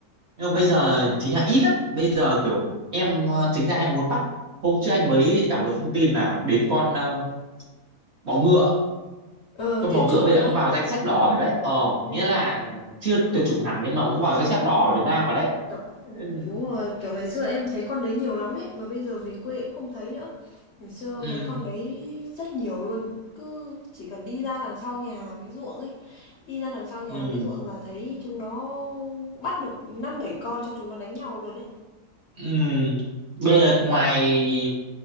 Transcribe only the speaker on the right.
nhưng mà bây giờ chính là ít lắm bây giờ kiểu em ờ, chính ra em muốn bắt hôm trước anh mới đọc được thông tin là đến con ờ, bọ ngựa
con
bò ngựa
bây
giờ
cũng vào danh sách đỏ rồi đấy ờ
nghĩa là chưa tuyệt chủng hẳn nhưng mà cũng vào danh sách đỏ ở Việt Nam rồi đấy
ừ,
ừ,
ừ.
ừ. bây giờ ngoài